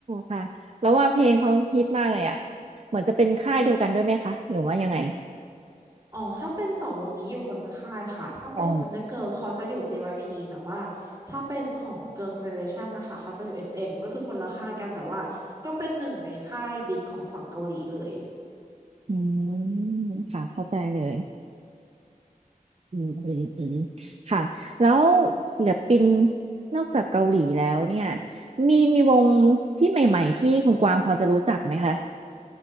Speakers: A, on the right (about 45°); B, on the right (about 25°).
A: ค่ะแล้วว่าเพลงเขาฮิตมากเลยอ่ะเหมือนจะเป็นค่ายเดียวกันด้วยไหมคะหรือว่ายังไง
B: อ๋อถ้าเป็นสองวงนี้อยู่คนละค่ายค่ะถ้าเป็นวันเดอร์เกิลเขาจะอยู่
A: อ๋อ
B: JYP แต่ว่าถ้าเป็นของ Girl Generation นะคะเขาจะอยู่ SM ก็คือคนละค่ายกันแต่ว่าก็เป็นหนึ่งในค่ายบิ๊กของฝั่งเกาหลีเลย
A: อืมค่ะเข้าใจเลยอืมอืมอืมค่ะแล้วศิลปินนอกจากเกาหลีแล้วเนี่ยมีมีวงที่ใหม่ๆที่คุณกวางพอจะรู้จักไหมคะ